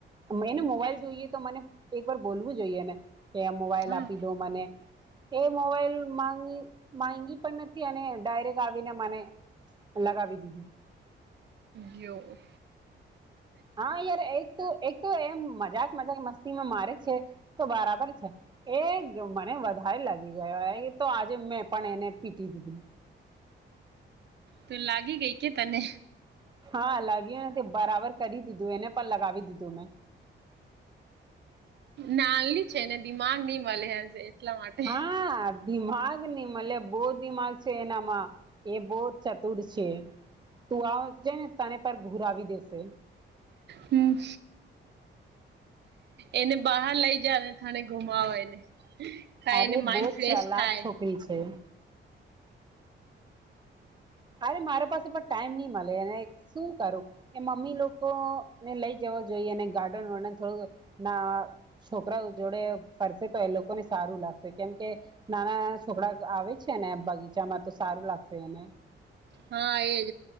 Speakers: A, on the right (about 20°); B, on the right (about 60°).
A: એને મોબાઈલ જોઈએ તો મને એક વાર બોલવું જોઈએ ને કે મોબાઈલ
B: હા
A: આપી દો મને એ મોબાઈલ ગી માંગી પણ નથી અને ડાયરેક્ટ આવીને મને લગાવી દીધી
B: જઓ
A: હા યાર એક તો એક તો એમ મજાક મજાક મસ્તીમાં મારે છે તો બરાબર છે એ મને વધારે લાગી ગયો એ તો આજે મેં પણ એને પીટી દીધું
B: ત લાગી ગઈ કે તને
A: હા લાગ્યું ને તે બરાબર કરી દીધું એને પણ લગાવી દીધું મેં
B: નાનની છે ને દિમાગ નહી મળે હજ એટલા માટે
A: હા દિમાગ ની મતલબ બહુ દિમાગ છે એનામાં એ બહુ ચતુર છે તું આ જઈ ને તને પર ઘુરવી દેશે
B: હમ એને બહાર લઈ જ ને થાને ઘુમાવો એને કા
A: અરે
B: એને માઇન્ડ
A: બહુજ
B: ફ્રેશ
A: ચલાક
B: થાય
A: છોકરી છે અરે મારા પાસે પણ ટાઈમ નહી મળે એને શું કરું એ મમ્મી લોકો ને લઈ જવ જોઈએ અને ગાર્ડન વર્ડન થોડું ના છોકરાઓ જોડે ફરસે તો એ લોકોને સારું લાગશે કેમ કે નાના છોકરા આવે છે ને બગીચામાં તો સારું લાગશે એને
B: હા એજ